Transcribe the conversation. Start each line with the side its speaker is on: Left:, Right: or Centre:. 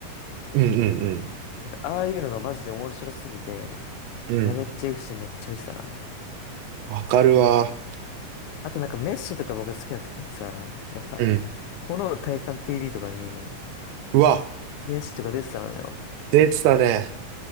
Right: うんうん
Left: なんかああいうのがマジで面白すぎて、
Right: うん。うん。
Left: やべっちゃシーめっちゃ見てたな。
Right: わかるわ。
Left: あとなんかメッシとか僕が好きな時にさ、なんか、
Right: うん。
Left: 炎の体感 TV とかに
Right: うわ、
Left: メッシとか出てたのよ。
Right: 出てたね。